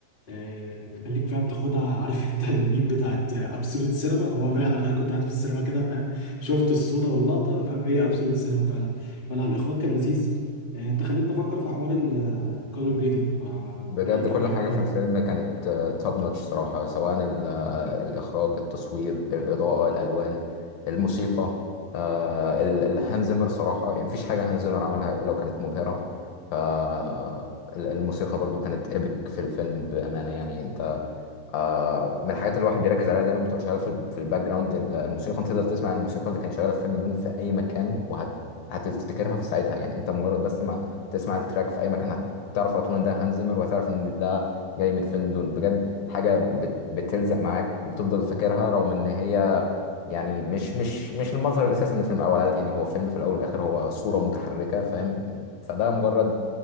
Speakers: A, on the left; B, on the left.
A: آه، تخليك فاهم تاخدها <laughs> عارف انت الميم بتاعت ابسولوت سينما هو فعلا انا كنت قاعد في السينما كده فاهم شفت الصوره واللقطه فاهم هي ابسولوت سينما فعلا فلا الاخراج كان لذيذ آه، انت خليتني افكر في حوار الكولر جريدنج فايه
B: بجد
A: كان
B: كل
A: ايه
B: حاجة
A: اخباره
B: في الفيلم كانت توب نوتش صراحة سواء ال- آه، الإخراج التصوير الإضاءة الألوان الموسيقى آه، ال- ال- هانز زيمر صراحة يعني مفيش حاجة هانز زيمر عملها إلا وكانت مبهرة فالموسيقى برضو كانت إيبك في الفيلم بأمانة يعني أنت آه من الحاجات اللي الواحد بيركز عليها دايما بتبقى شغاله في ال- في الباك جراوند ال- الموسيقى انت تقدر تسمع الموسيقى اللي كانت شغاله في فيلم دون في اي مكان وهت هتفتكرها في ساعتها يعني انت مجرد بس ما تسمع التراك في اي مكان هت- هتعرف على طول ان ده هانز زيمر وهتعرف ان ده جاي من فيلم دون بجد حاجه بت... بتلزق معاك وتفضل فاكرها رغم ان هي يعني مش مش مش المظهر الاساسي من الفيلم الاول يعني هو فيلم في الاول والاخر هو صوره متحركه فاهم فده مجرد